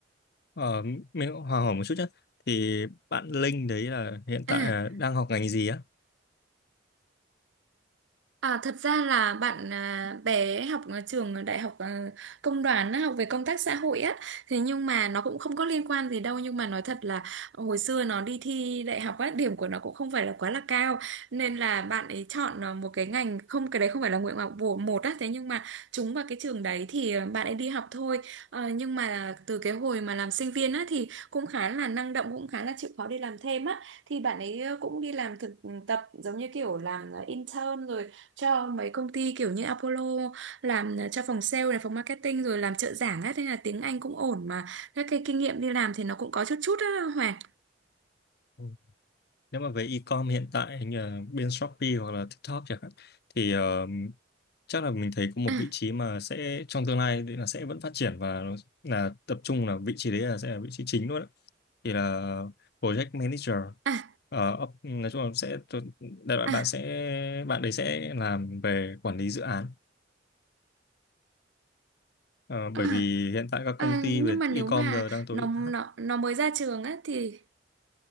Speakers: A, on the left; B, on the right.
A: Ờ, mình cũng hỏi hỏi một chút nhé. Thì bạn Linh đấy là hiện tại
B: À
A: là đang học ngành gì á?
B: À, thật ra là bạn à, bé học ở trường đại học à, công đoàn á, học về công tác xã hội á thế nhưng mà nó cũng không có liên quan gì đâu nhưng mà nói thật là hồi xưa nó đi thi đại học á điểm của nó cũng không phải là quá là cao nên là bạn ấy chọn à, một cái ngành không cái đấy không phải là nguyện vọng của một á thế nhưng mà trúng vào cái trường đấy thì à, bạn ấy đi học thôi Ờ, nhưng mà từ cái hồi mà làm sinh viên á thì cũng khá là năng động cũng khá là chịu khó đi làm thêm á thì bạn ấy cũng đi làm thực ừ, tập giống như kiểu làm à, intern rồi cho mấy công ty kiểu như Apollo làm ờ, cho phòng sale này, phòng marketing rồi làm trợ giảng á thế là tiếng Anh cũng ổn mà các cái kinh nghiệm đi làm thì nó cũng có chút chút á Hoàng.
A: Ừ. Nếu mà về e-com hiện tại hình như là bên Shopee hoặc là TikTok chẳng hạn, thì ờ, chắc là mình thấy có một
B: À,
A: vị trí mà sẽ trong tương lai thì là sẽ vẫn phát triển và nó là tập trung là vị trí đấy là sẽ là vị trí chính luôn á. Thì là project manager.
B: à,
A: Ờ, op- nói chung là sẽ đại loại
B: à,
A: bạn sẽ bạn đấy sẽ làm về quản lý dự án Ờ, bởi
B: à.
A: vì hiện tại các
B: À,
A: công ty
B: nhưng
A: về
B: mà nếu
A: e-com
B: mà
A: giờ đang tối
B: nó
A: áp
B: nó nó mới ra trường á thì